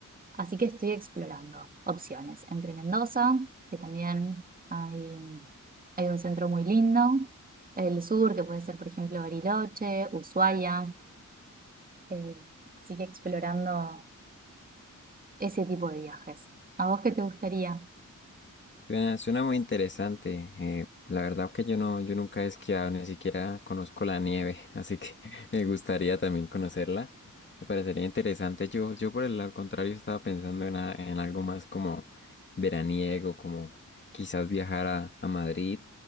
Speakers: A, on the right (about 25°); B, on the left (about 35°).
A: Así que estoy explorando opciones entre Mendoza, que también hay, hay un centro muy lindo, el sur, que puede ser, por ejemplo, Bariloche, Ushuaia. eh, así que explorando ese tipo de viajes. ¿A vos qué te gustaría?
B: Suena, suena muy interesante. eh, la verdad que yo no, yo nunca he esquiado, ni siquiera conozco la nieve, así que <laughs> me gustaría también conocerla. Me parecería interesante. Yo, yo por el al contrario estaba pensando en, a- en algo más como veraniego, como quizás viajar a, a Madrid